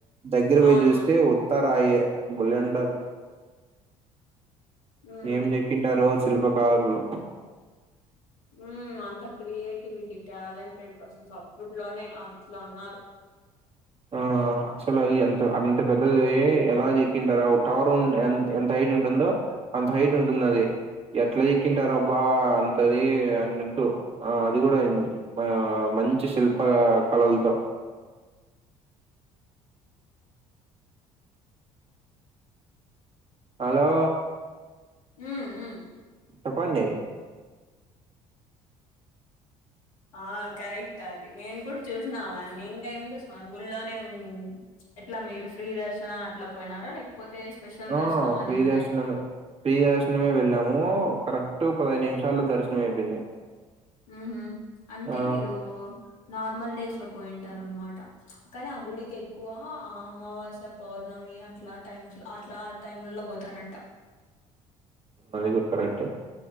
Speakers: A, on the right (about 35°); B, on the left (about 80°).
A: దగ్గర పోయి
B: అవునవును
A: చూస్తే ఉత్త రాయే భలేఉంటది
B: ఉ
A: ఏం చెక్కింటారో శిల్పకారులు
B: హ్మ్ అంత క్రియేటివిటీ టాలెంటెడ్ పర్సన్స్ అప్పుట్లోనే అట్లా ఉన్నారు
A: ఆ అసలు అది ఎంత అంత పెద్దది ఎలా చెక్కింటారో టవర్ ఎంత హైట్ ఉంటుందో అంత హైట్ ఉంటుంది అది ఎట్లా చెక్కింటార అబ్బా అంతది అన్నట్టు ఆ అది కూడా అయింది ఆ మంచి శిల్ప కళలతో హలో
B: హ్మ్ మ్మ్
A: చెప్పండి
B: ఆ కరెక్ట్ అది నేను కూడా చూసినా వాన్ని నేన్ టైం చూసినా గుళ్ళో నే ఎట్లా మీరు ఫ్రీ దర్శన అట్లా పోయినారా లేకపోతే స్పెషల్
A: ఆ
B: దర్శనం అని
A: ఫ్రీ
B: ఉంటాయి
A: దర్శనమే ఫ్రీ దర్శనమే వెళ్ళాము కరెక్ట్ క్ట్ పది నిమిషాల్లో దర్శనం అయిపోయింది
B: ఊహూ అంటే
A: ఆ
B: మీరు నార్మల్ డేస్ లో పోయింటార అన్నమాట కానీ ఆ గుడికి ఎక్కువ అమావాస్య పౌర్ణమి అట్లా టైం అట్లా ఆ టైమ్లో లో పోతారంట
A: అది కూడా కరెక్ట్